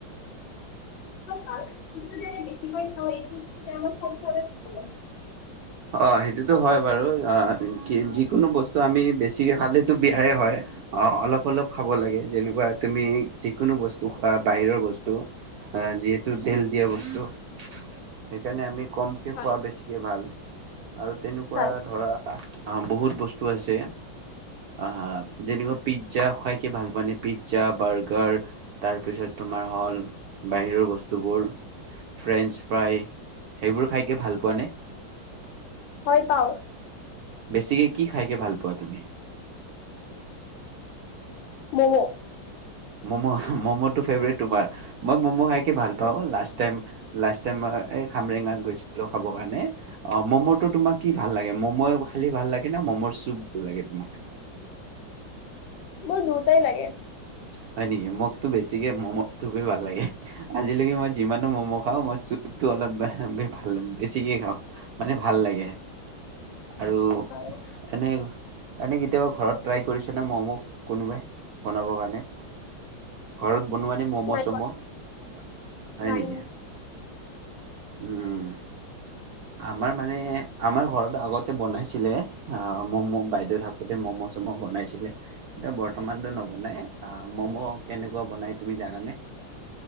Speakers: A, on the left; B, on the right.
A: ভাল কিন্তু যদি আমি বছিকৈ খাওঁ <unintelligible> তেতিয়া আমাৰ <unintelligible> ভাল <unintelligible>
B: অ', সেইটোতো হয় বাৰু অ, কি যিকোনো বস্তু আমি বেছিকে খালেটো বিয়াই হয়। অ', অলপ অলপ খাব লাগে যেনেকুৱা তুমি যিকোনো বস্তু খোৱা বাহিৰৰ বস্তু অ', যিহেতু তেল দিয়া বস্তু, সেইকাৰণে আমি কমকে
A: হয়
B: খোৱা, বেছিকে ভাল। আৰু তেনেকুৱা
A: হয়
B: ধৰা আ, বহুত বস্তু আছে। আ যেনেকুৱা পিজ্জা খাই কি ভাল পোৱা নে? পিজ্জা, বাৰ্গাৰ তাৰপিছত তোমাৰ হ'ল, বাহিৰৰ বস্তুবোৰ ফ্ৰেঞ্চ ফ্ৰাই, সেইবোৰ খাই কি ভাল পোৱা নে?
A: হয় পাওঁ।
B: বেছিকে কি খাইকে ভাল পোৱা তুমি?
A: ম'ম,।
B: ম'ম, ম'মটো ফেভাৰেত তোমাৰ, মই ম'ম খাই কি ভাল
A: হয়
B: পাওঁ লাষ্ট টাইম লাষ্ট টাইম মই এই খামৰেঙাত গৈছিলো খাবৰ কাৰণে অ', ম'ম'টো তোমাক কি লাগে? ম'ময়ে খালি ভাল লাগে নে? ম'মৰ চুপ ভাল লাগে তোমাক?
A: মোৰ দুইটাই লাগে।
B: হয় নেকি। মোকতো বেছিকে ম'ম চুপেই ভাল লাগে আজিলৈকে মই যিমানো ম'ম'
A: হয়,
B: খাওঁ মই চুপটো অলপ <unintelligible> ভাল বেছিকে খাওঁ। মানে ভাল লাগে। আৰু
A: হয়।
B: এনে, এনে কেতিয়াবা ঘৰত ট্ৰাই কৰিছে নে? ম'ম' কোনোবাই বনাবৰ কাৰণে <unintelligible> ঘৰত বনোৱা নে? ম'ম'
A: নাই
B: চ'ম'
A: পোৱা-
B: নাই
A: নাই
B: নেকি? উম, আমাৰ মানে আমাৰ ঘৰত আগতে বনাইছিলে, আ ' ম'ম' বাইদেউ থাকোতে ম'ম' -চম' বনাইছিলে। <unintelligible> বৰ্তমানতো নবনাই, আ মম' কেনেকুৱা বনাই তুমি জানানে?